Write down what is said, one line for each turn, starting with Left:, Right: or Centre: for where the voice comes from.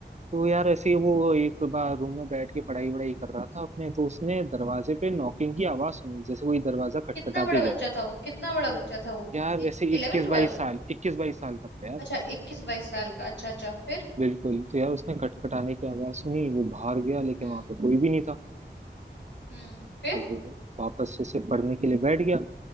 Right: तो यार ऐसे ही वो एक बार रूम में बैठ के पढ़ाई वढ़ाई कर रहा था अपने तो उसने दरवाजे पे नॉकिंग की आवाज सुनी जैसे कोई दरवाजा खटखटा
Left: कितना बड़ा
Right: के
Left: बच्चा
Right: गया
Left: था वो कितना बड़ा बच्चा था वो
Right: यार
Left: इलेवन
Right: ऐसे इक्कीस
Left: ट्वेल्व
Right: बाईस साल इक्कीस बाईस साल का था यार
Left: अच्छा इक्कीस बाईस साल का अच्छा अच्छा फिर
Right: बिल्कुल तो यार उसने खटखटाने की आवाज सुनी वो बाहर गया लेकिन
Left: हम्म
Right: वहां पे कोई भी नहीं था
Left: हम्म फिर
Right: तो वो वापस से सिर्फ पढ़ने के लिए बैठ गया